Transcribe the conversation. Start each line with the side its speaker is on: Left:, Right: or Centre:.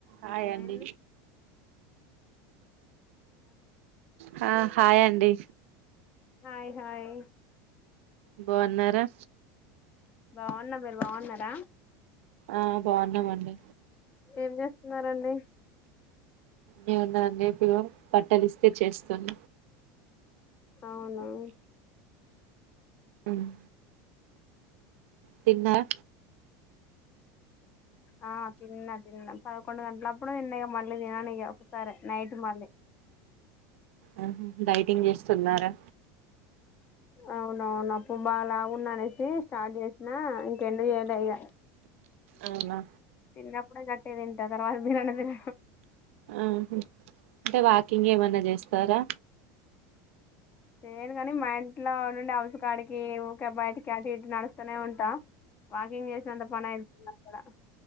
Right: హాయ్ అండి
Left: ఐన్ని
Right: హా హాయ్ అండి
Left: హాయ్ హాయ్
Right: బాన్నారా
Left: బాన్న మీరు బాన్నార
Right: ఆ బాన్నామండి
Left: ఏం చేస్తున్నారండి
Right: ఏం ఉన్నదండి ఇగో బట్టలు ఇస్తిరి చేస్తున్న
Left: ఔనా
Right: ఉహ్మ్ తిన్నరా
Left: ఆ తిన్నా తిన్నా పదకొండు గంటల అప్పుడు తిన్నాక మళ్ళీ తినను ఇ ఒకసారి నైట్ మళ్ళీ
Right: ఆ డైటింగ్ చేస్తున్నారా
Left: అవునవును అప్పు బాగా లావున్నా అనేసి స్టార్ట్ చేసిన ఇంకెండ చేయాల ఇ
Right: అవునా
Left: తిన్నప్పుడే గట్టిగా తింట తర్వాత తినను తిన
Right: ఆహ్ అంటే వాకింగ్ ఏమన్నా జేస్తారా
Left: నేను కాని మా ఇంట్లో నుండి హౌస్ కాడికి ఊకే బయటికి అటు ఇటు నడుస్తూనే ఉంటా వాకింగ్ చేశా అంత పని అయితే ఉండదు అక్క